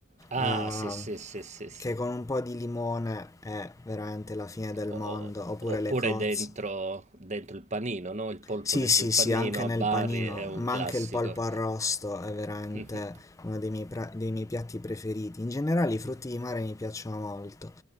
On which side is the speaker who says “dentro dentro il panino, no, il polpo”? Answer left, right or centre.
Right